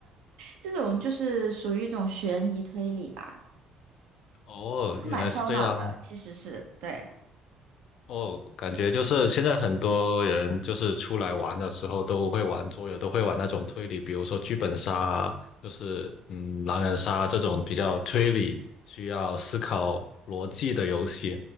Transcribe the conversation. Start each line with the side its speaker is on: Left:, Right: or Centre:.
Right: 这种就是属于一种悬疑推理吧，
Left: 哦，
Right: 就蛮嗯烧脑的，
Left: 原来是这样。
Right: 其实是对。
Left: 哦，感觉就是现在很多人就是出来玩的时候都会玩桌游，都会玩那种推理，比如说剧本杀啊，就是嗯狼人杀这种比较推理、需要思考逻辑的游戏。